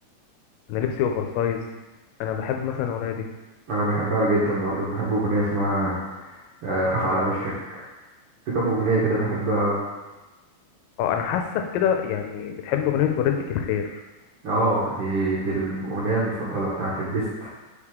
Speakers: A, on the left; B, on the right.
A: انا لبسي اوفر سايز انا بحب مثلا الاغنيه دي
B: انا بحبها جدا برضه بحب اغنية اسمها آه خاف على وشك في كام اغنية كده بحبها أوي.
A: اه انا حاسك كده يعني بتحب اغنيه وردتك الخير
B: اه دي دي الاغنيه المفضله بتاعت البيست